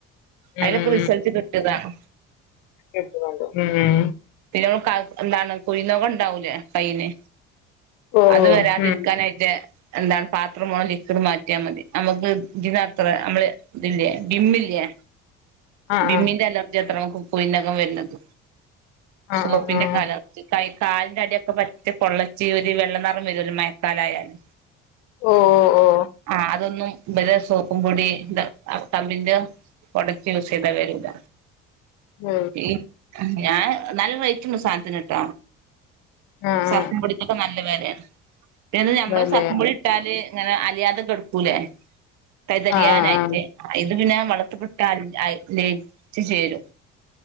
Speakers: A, on the left (about 80°); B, on the right (about 70°).
A: ഉം
B: അയില്ക്ക്‌
A: ഉം
B: റിസൾട്ട് കിട്ടിയതാണ്
A: എട്ത്ത്ങ്ങണ്ടു ഉം
B: പിന്നമ്മൾ കാൽ എന്താണ് കുഴുനഖോ ഒണ്ടാകൂലേ പ്പയിന്
A: ഓ
B: അത് വരാതിരിക്കാനായിട്ട്
A: ഉം
B: എന്താണ് പാത്രമോള ലിക്വിഡ് മാറ്റിയാ മതി നമുക്ക് ഇതിനത്ര നമ്മള് ഇതില്ലേ ബിമ്മില്ലേ
A: ആ
B: ബിമ്മിന്റെ
A: ആ
B: അലർജി അത്ര നമുക്ക് കുഴിനഖം വരണത്
A: ആ
B: സോപ്പിന്റെക്കെ
A: ആ ആ
B: അലർജി കൈ കാലിന്റെ അട്യോക്കെ പറ്റി പൊള്ളച്ചി ഒരു വെള്ള നിറം വരുല്ലോ മയക്കാലായാല്
A: ഓഹ് ഓഹ് ഓഹ്
B: ആഹ് അതൊന്നും ഇബരെ സോപ്പും പൊടി ദ അ തമ്പിന്റെ കൊട യുസേയ്ത വെരൂല
A: ഓ
B: ഈ ഞാൻ നല്ല റെയ്ട്ട്ണ്ട് സാധത്തിനേട്ട
A: ആഹ്
B: സർഫും പൊടിക്കൊക്കെ നല്ല വെലയാണ് പിന്നെ ഞമ്മള്
A: അതല്ലേ
B: സർപ്പും പൊടി ഇട്ടാല് ഇങ്ങനെ അലിയാതെക്കെടക്കൂലേ തൈ തരിയാനായിട്ട്
A: ആ ആ ആ
B: ഇത് പിന്നെ വളത്തുക്ക്‌ ആയ് ലയിച്ച് ചേരു